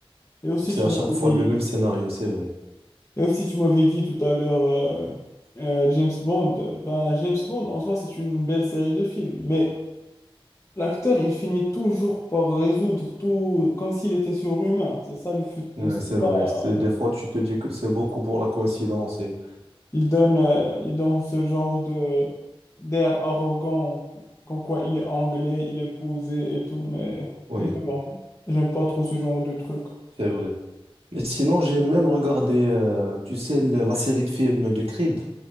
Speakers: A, on the left; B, on the right.
A: Et aussi,
B: C'est
A: tu
B: à
A: m'avais
B: chaque fois
A: dit,
B: le même scénario, c'est vrai.
A: et aussi, tu m'avais dit tout à l'heure euh, euh, James Bond. Ben, James Bond, en soi, c'est une belle série de films. Mais L'acteur, il finit toujours par résoudre tout comme s'il était surhumain. C'est ça le fut-
B: Ouais,
A: euh, c'est
B: c'est vrai.
A: ça,
B: C'est,
A: euh,
B: des fois, tu te dis que c'est beaucoup pour la coïncidence. Et...
A: Il donne, euh, il donne ce genre de d'air arrogant, comme quoi il est anglais, il est posé et tout, mais,
B: Oui.
A: mais bon, j'aime pas trop ce genre de truc.
B: C'est vrai. Et sinon, j'ai même regardé, euh, tu sais, le- la série de films de Creed.